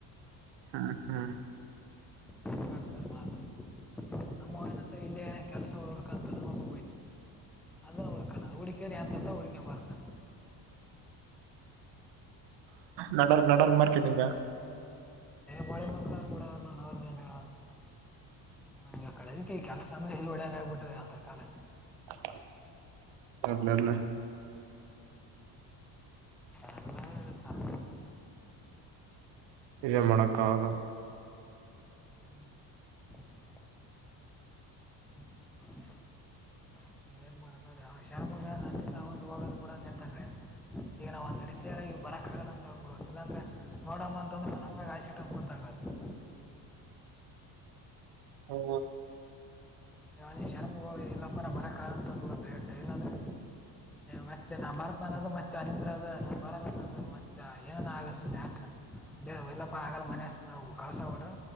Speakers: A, on the right; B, in the centre.
A: ಹಾ ಹಾ.
B: ಹೆಂಗ್ ಆಡ್ತಾರೆ ಮಾತು ನಮ್ಮ ಏನಂತ ಇಲ್ಲಿ ಏನ ಕೆಲಸ ಹುಕ ಅಂತ ನಮ್ಮ. ಅದನ್ನ ಹುಡ್ಕಲ್ಲ ಹುಡಕೇರಿ ಎಂತತ ಹುಡ್ಕಂಬರ್ತನ್.
A: ನಡರ್ ನಡರ್ ಮಾರ್ಕೆಟಿಂಗ.
B: ಬಳೆ ಮಕ್ಳ್ರು ಬಿಡ ಅವನು ಅವ್ರದ್ದೇನು ಹೇಳೋದು. ಹಗ ಕಳದಕ್ಕೆ ಕೆಲ್ಸ ಅಂದ್ರೆ ಇ ಹೊಡೆಯಂಗ ಆಗಬಿಟ್ಟದೆ ಆ ತರಕಾಲ.
A: ಲ್ <unintelligible>
B: ಅಲ್ಲ ಸಹ
A: ಇಲ್ಲ ಮೊಡಕಾವ
B: ಹ್ಮ್ <unintelligible> ಏನ್ ಮಾಡ ನೋಡಿ್ರ ಶರ್ಮಗ ನನ್ನಂದ ಒಂದು ಹೋಗದು ಕೂಡ ನಿಲ್ತಂಗ ಈಗ ನಾ ಒಂದು ಡಿ ಕಲಿಯ ಆಗಿ ಬರಕ್ಕಾಗಲ್ಲ ತಗೊಂಡ್ ಬಿಿಡಕ್ ಇಲ್ಲಾಂದ್ರೆ ನೋಡಮ್ಮ ಅಂತಂದ್ರೆ ನನ್ ಮ್ಯಾಗ ಆಯಟ್ಟ ಬತಂಗದ್ದು
A: ಹ್ಮ
B: ನೀ ಶರ್ಮ ಹೋಗಿ ಎಲ್ಲಪ್ಪನ ಬರಕ ಅಂತಂದಡೈರೆಂ ಇಲ್ಲಾಂದ್ರೆ ಮ ನ ಭಾರತ ಮತ್ತೆ ಅದು ನಾ ಬರಲ್ಲದು ಮತ್ತೆ ಏನ ಆಗ್ ಯಾಕ ಇಲ್ಲಪ್ಪ ಆಗಲ್ಲ ಮನ ಸ್ ನಾವು ಕಸ ವಡ್ರ